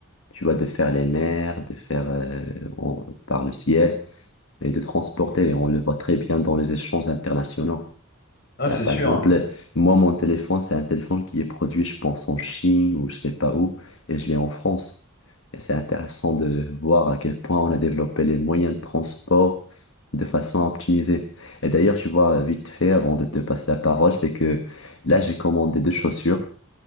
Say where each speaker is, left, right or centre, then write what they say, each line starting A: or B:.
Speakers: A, on the left; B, on the left.
A: Tu vois, de faire les mers, de faire euh, en- par le ciel et de transporter. Et on le voit très bien dans les échanges internationaux.
B: Non,
A: Là,
B: c'est
A: par
B: sûr.
A: exemple,
B: hein.
A: moi, mon téléphone, c'est un téléphone qui est produit, je pense, en Chine ou je sais pas où, et je l'ai en France. Et C'est intéressant de voir à quel point on a développé les moyens de transport de façon à optimiser. Et d'ailleurs, tu vois, vite fait, avant de te passer la parole, c'est que là, j'ai commandé deux chaussures